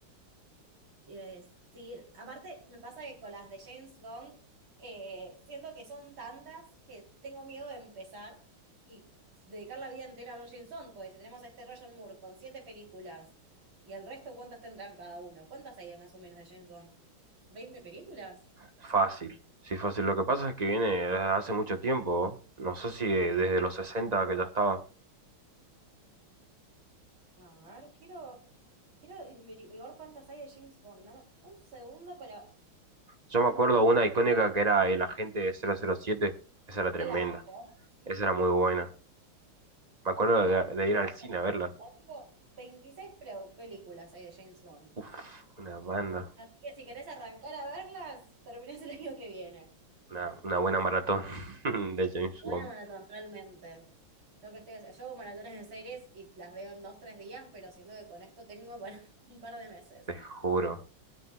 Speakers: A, on the right; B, on the right.
A: Te iba a decir, aparte me pasa que con las de James Bond eh, siento que son tantas que tengo miedo de empezar y dedicar la vida entera a ver James Bond, porque si tenemos a este Roger Moore con siete películas y el resto, ¿cuántas tendrán cada uno? ¿Cuántas hay de más o menos de James Bond? Veinte películas?
B: Fácil, sí, fácil. Lo que pasa es que viene desde hace mucho tiempo, no No sé si desde los 60 que ya estaba.
A: A ver, quiero, quiero averiguar cuántas hay de James Bond. Dame un segundo para... cuan-
B: Yo me acuerdo una icónica que era El Agente 007. Esa era tremenda.
A: Claro.
B: Esa era muy buena. Me acuerdo
A: Mira,
B: de,
A: vamos
B: de ir al cine
A: a cambiar
B: a verla.
A: un poco. 26 pre- películas hay de James Bond.
B: Uf, una banda.
A: Así que si querés arrancar a verlas, terminás el año que viene.
B: Una, una buena maratón <laughs> de James
A: Buena
B: Bond.
A: maratón, realmente. Lo que estoy haciendo. Yo hago maratones de series y las veo en dos, tres días, pero siento que con esto tengo para <laughs> un par de meses.
B: Te juro.